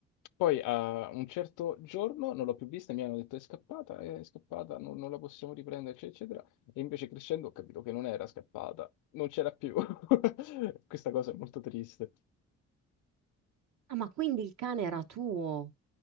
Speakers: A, on the left; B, on the right.
A: Poi a un certo giorno non l'ho più vista, mi hanno detto è scappata, è scappata, non, non la possiamo riprendere, eccetera, eccetera. E invece crescendo ho capito che non era scappata, non c'era più. <laughs> Questa cosa è molto triste.
B: Ah, ma quindi il cane era tuo?